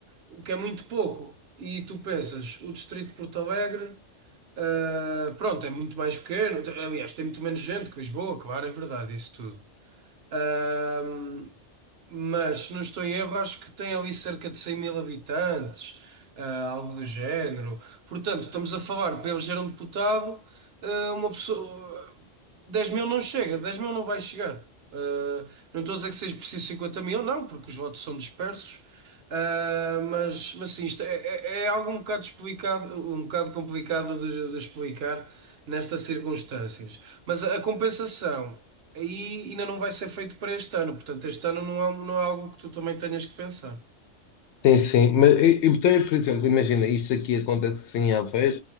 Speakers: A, on the right; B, on the left.
A: o que é muito pouco. E tu pensas, o distrito de Porto Alegre, ah, pronto, é muito mais pequeno. Aliás, tem muito menos gente que Lisboa, claro, é verdade, isso tudo. Ahm, mas, se não estou em erro, acho que tem ali cerca de 100 mil habitantes, ah, algo do género. Portanto, estamos a falar para eleger um deputado, ah, uma pessoa. dez mil não chega, 10 mil não vai chegar. Ah, não estou a dizer que seja preciso 50 mil, não, porque os votos são dispersos. Ah, mas, mas sim, isto é, é- é algo um bocado explicado, um bocado complicado de de explicar nestas circunstâncias. Mas a a compensação aí ainda não vai ser feito para este ano. Portanto, este ano não é, um, não é algo que tu também tenhas que pensar.
B: Sim, sim. Mas, e, e, então, por exemplo, imagina, isto aqui acontece assim à vez.